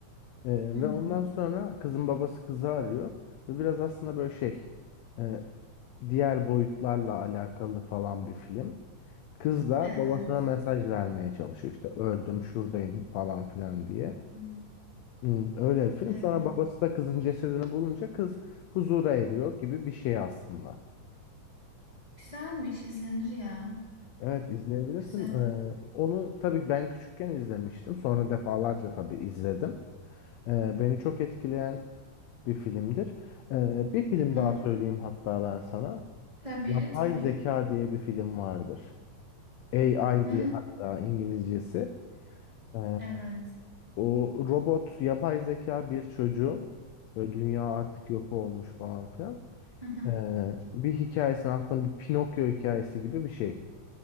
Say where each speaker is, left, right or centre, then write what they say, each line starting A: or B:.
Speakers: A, on the left; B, on the right.
A: E,
B: Hı
A: ve
B: hı.
A: ondan sonra kızın babası kızı arıyor. Ve biraz aslında böyle şey e, diğer boyutlarla alakalı falan bir film. Kız da
B: Evet.
A: babasına mesaj vermeye çalışıyor. işte öldüm şuradayım falan filan diye.
B: Hı,
A: Hmm, öyle bir film.
B: evet.
A: Sonra babası da kızın cesedini bulunca kız huzura eriyor gibi bir şey aslında.
B: Güzelmiş, izlenir ya.
A: Evet izleyebilirsin.
B: Güzel.
A: Ee, onu tabii ben küçükken izlemiştim. Sonra defalarca tabii izledim. Ee, beni çok etkileyen bir filmdir. Ee, bir film
B: Hı
A: daha
B: hı.
A: söyleyeyim hatta ben sana.
B: Tabii,
A: Yapay
B: tabii.
A: Zeka diye bir film vardır. AI
B: Hı,
A: diye hatta İngilizcesi. Ee,
B: evet.
A: o robot yapay zeka bir çocuğun böyle dünya artık yok olmuş falan filan.
B: Hı hı.
A: Ee, bir hikayesi aslında bir Pinokyo hikayesi gibi bir şey.